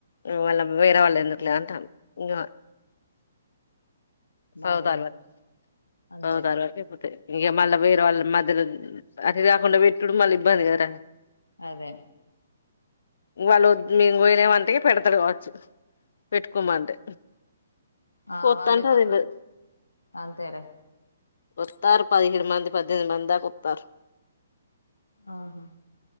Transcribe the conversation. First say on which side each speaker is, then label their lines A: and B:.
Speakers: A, on the left; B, on the left.
A: వాళ్లు వేరే వాళ్ళు ఎందుకు లే అంటాళ్లు ఇంగా పదో
B: మరి
A: తారీఖు వరకు
B: అంతేలే
A: పదో తారీఖు అయిపోతది ఇగా ఇంకా మళ్ళీ వేరే వాళ్ళ మధ్యలో అటు ఇటు కాకుండా పెట్టుడు మళ్ళీ ఇబ్బంది కదారా
B: అదే
A: వాళ్ళ ఒడ్లు మేం పోయిన అంటే ఇగా పెడుతడు కావచ్చు పెట్టుకోమంటే
B: ఆ
A: కొత్తంటే
B: వాళ్ళే తక్
A: అయిద్ది
B: అంతేలే
A: వత్తాన్రు పదిహేడు మంది పద్దెనిమిది మందిదాకా వత్తాన్రు
B: ఆహా